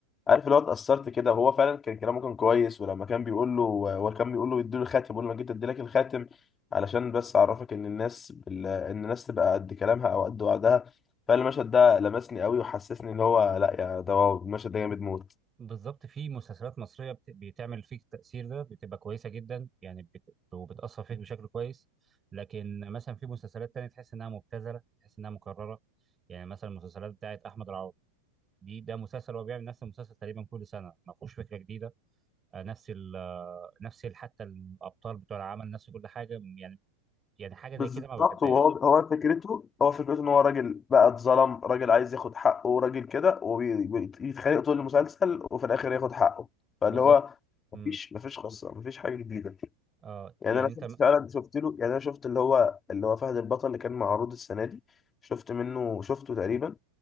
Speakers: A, on the left (about 20°); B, on the right (about 20°).
A: عارف اللي هو اتأثرت كده وهو فعلا كان كلامه كان كويس ولما كان بيقول له هو كان بيقول له يديله الخاتم بيقول له أنا جيت أديلك الخاتم علشان بس أعرفك إن الناس بال... إن الناس تبقى قد كلامها أو قد وعدها فالمشهد ده لمسني أوي وحسسني إن هو لأ يا ده هو المشهد ده جامد موت
B: بالظبط في مسلسلات مصريه بت- بتعمل فيك التاثير ده بتبقى كويسه جدا يعني بت- وبتاثر فيك بشكل كويس لكن مثلا في مسلسلات تانية تحس انها مبتذله تحس انها مكرره يعني مثلا المسلسلات بتاعت احمد العوضي دي ده مسلسل هو بيعمل نفس المسلسل تقريبا كل سنه ما فيهوش فكره جديده آه، نفس ال آه، نفس ال- حتى الابطال بتوع العمل نفس كل حاجه يعني يعني حاجه زي
A: بالظبط
B: كده ما بحبهاش
A: وهو هو فكرته هو فكرته ان هو راجل بقى اتظلم راجل عايز ياخد حقه راجل كده وبيتخانق طول المسلسل وفي الاخر ياخد حقه فاللي
B: بالظبط
A: هو مفيش
B: امم
A: مفيش قصه مفيش حاجه جديده
B: اه
A: يعني
B: يعني
A: انا شفت
B: انت
A: فعلا شفت له يعني انا شفت اللي هو اللي هو فهد البطل اللي كان معروض السنه دي شفت منه شفته تقريبا